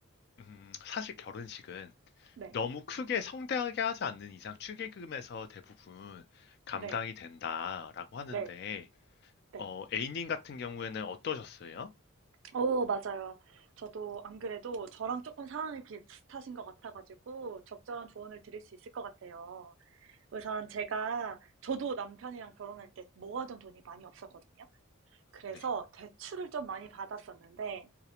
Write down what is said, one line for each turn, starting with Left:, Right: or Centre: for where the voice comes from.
Left: 음, 사실 결혼식은
Right: 네.
Left: 너무 크게 성대하게 하지 않는 이상 축의금에서 대부분 감당이
Right: 네.
Left: 된다라고 하는데
Right: 네. 네.
Left: 어, A님 같은 경우에는 어떠셨어요?
Right: 어 맞아요. 저도 안 그래도 저랑 조금 상황이 비슷하신 것 같아 가지고 적절한 조언을 드릴 수 있을 것 같아요. 우선 제가 저도 남편이랑 결혼할 때 모아둔 돈이 많이 없었거든요. 그래서
Left: 네.
Right: 대출을 좀 많이 받았었는데